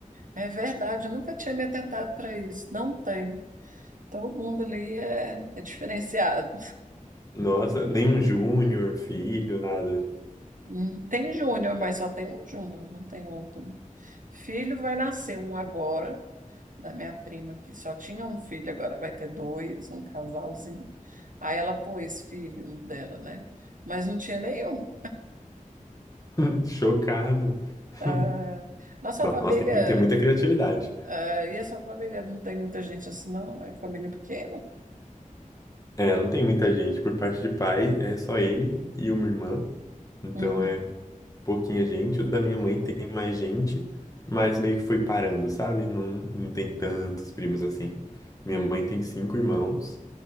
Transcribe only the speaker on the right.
É verdade, eu nunca tinha me atentado para isso. Não tem. Todo mundo ali é, é diferenciado.
Hum, Tem júnior, mas só tem um júnior, não tem outro. Filho vai nascer um agora, da minha prima, que só tinha um filho, agora vai ter dois, um casalzinho. Aí ela pôs filho dela, né? Mas não tinha nenhum.
Ah, nossa
família,
ah, e a sua família não tem muita gente assim, não? É família pequena.
Uhum.